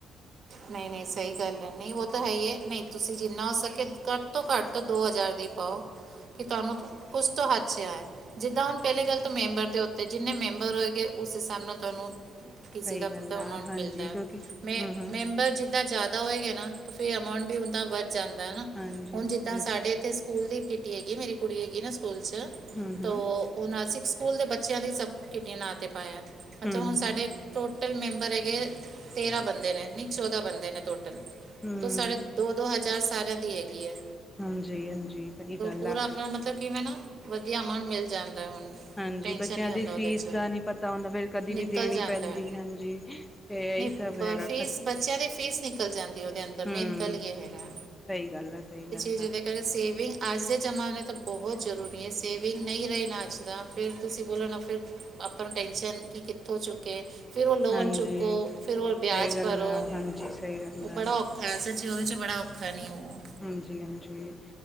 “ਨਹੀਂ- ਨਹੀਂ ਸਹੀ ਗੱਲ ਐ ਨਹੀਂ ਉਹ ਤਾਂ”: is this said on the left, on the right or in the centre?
Right